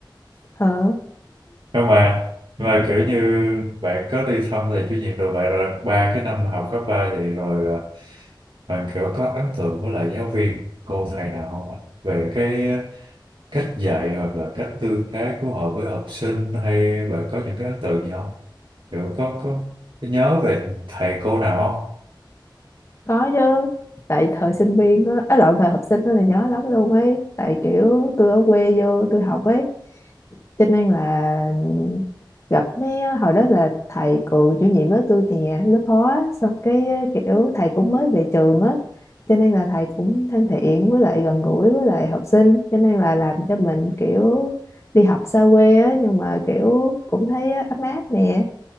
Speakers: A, on the left; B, on the right.
A: ờ
B: nhưng mà mà kiểu như bạn có đi thăm thầy chủ nhiệm rồi vậy rồi ba cái năm học cấp ba vậy rồi à, bạn kiểu có ấn tượng với lại giáo viên cô thầy nào không ạ? về cái cách dạy hoặc là cách tương tác của họ với học sinh hay bạn có những cái ấn tượng gì không kiểu có có, có nhớ về thầy cô nào không
A: có chứ tại thời sinh viên á ấy lộn thời học sinh đó là nhớ lắm luôn ấy tại kiểu tôi ở quê vô tôi học ấy cho nên là gặp mấy hồi đó là thầy cựu chủ nhiệm lớp tôi nè lớp hóa xong cái kiểu thầy cũng mới về trường á cho nên là thầy cũng thân thiện với lại gần gũi với lại học sinh cho nên là làm cho mình kiểu đi học xa quê á nhưng mà kiểu cũng thấy ấm áp nè